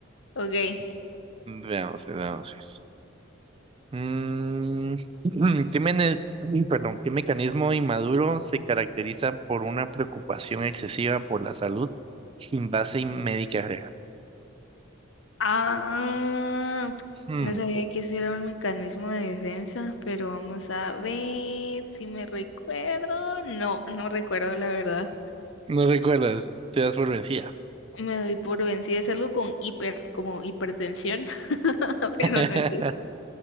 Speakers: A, on the left (about 75°); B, on the right (about 25°).
A: Ok.
B: Veamos, pues, veamos. Pues. Mm, <clears throat> ¿qué mene- uy, perdón, ¿qué mecanismo inmaduro se caracteriza por una preocupación excesiva por la salud sin base médica real?
A: Ah,
B: Ujú.
A: no sabía que ese era un mecanismo de defensa, pero vamos a ver si me recuerdo. No, no recuerdo la verdad.
B: No recuerdas, te das por vencida.
A: Me doy por vencida. Es algo con hiper, como hipertensión, <laughs> pero
B: <laughs>
A: no es eso.